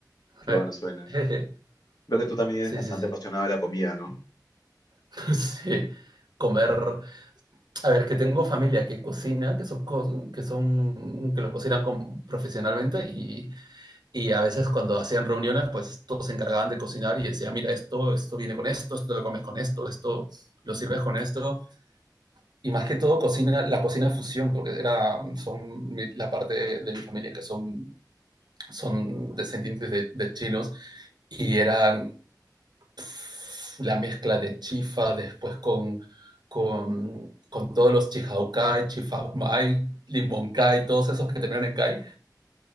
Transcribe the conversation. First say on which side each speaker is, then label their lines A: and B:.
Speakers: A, on the left; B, on the right.
A: qué
B: Eh,
A: bueno suena.
B: jeje.
A: Veo que tú también eres
B: Sí,
A: bastante
B: sí, sí.
A: apasionado de la comida, ¿no?
B: <laughs> Sí. Comer. A ver, que tengo familia que cocina, que son, co- que son, que lo cocina con- profesionalmente y, y a veces cuando hacían reuniones, pues todos se encargaban de cocinar y decía mira, esto, esto viene con esto, esto te lo comes con esto, esto lo sirves con esto. Y más que todo, cocina, la cocina fusión, porque era, son mi- la parte de mi familia que son son descendientes de, de chinos y eran pff, la mezcla de chifa después con, con, con todos los chihaukai, chifaumai, limonkai, todos esos que terminan en kai.